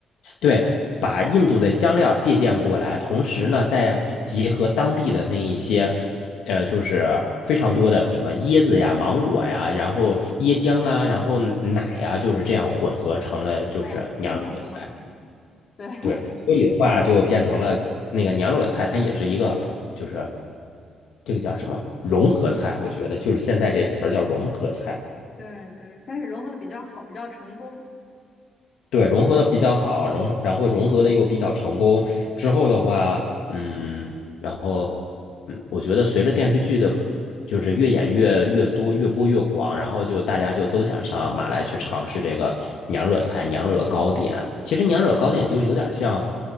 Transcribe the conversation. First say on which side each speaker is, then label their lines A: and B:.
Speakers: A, on the left (about 80°); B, on the left (about 45°).
A: 对，把印度的香料借鉴过来，同时呢，再结合当地的那一些。呃，就是非常多的什么椰子呀、芒果呀，然后椰浆啊，然后奶呀，就是这样混合成了就是娘惹菜。
B: 呀，听起来就好吃，对 <laughs>
A: 对，所以的话就变成了那个娘惹菜，它也是一个就是这个叫什么融合菜，我觉得就是现在这词儿叫融合菜。
B: 对对，但是融合的比较好，比较成功，
A: 对，融合的比较好，融然后融合的又比较成功。之后的话，嗯，然后嗯，我觉得随着电视剧的，就是越演越越多，越播越广，然后就大家就都想上马来去尝试这个娘惹菜、娘惹糕点。其实娘惹糕点就有点像，